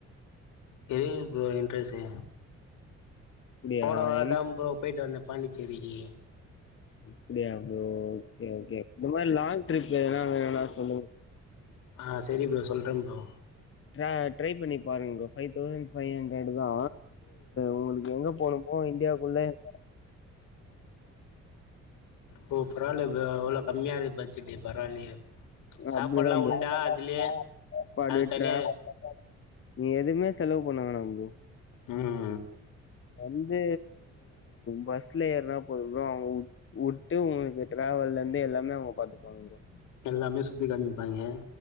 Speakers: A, on the left; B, on the left.
A: தெரிது ப்ரோ இன்ட்ரெஸ்டு
B: அப்டியா
A: போன வாரதா
B: எங்
A: ப்ரோ போய்ட்டு வந்த பாண்டிச்சேரிக்கு
B: அப்டியா ப்ரோ ஒகே ஒகே இந்த மாரி லாங் ட்ரிப் என்ன வேணா சொல்லுங்க
A: அ செரி ப்ரோ சொல்றே ப்ரோ
B: ட்ரா ட்ரை பண்ணி பாருங்க ப்ரோ தௌசண்ட் ஃபைவ் ஹண்ட்ரட் தா உங்களுக்கு எங்கே போணு போ இந்தியா குள்ளே <inaudible>
A: ஒ பரவால்ல ப்ரோ இவ்ளோ கம்மியா இருக்கு பட்ஜெட்டு பரவால்லயே சாப்பாடுல
B: அப்டிதா ப்ரோ
A: உண்டா அதுலயே
B: சாப்பாடு
A: அது தனியா
B: டிராவல் நீ எதுவுமே செலவு பண்ண வேணா ப்ரோ
A: அ
B: வந்து பஸ்ல ஏறுனா போது ப்ரோ அவங்க வு வுட்டு உங்களுக்கு டிராவல் இருந்து எல்லாமே அவங்க பாத்துப்பாங்க வாங்க
A: எல்லாமே சுத்தி காமிப்பாய்ங்க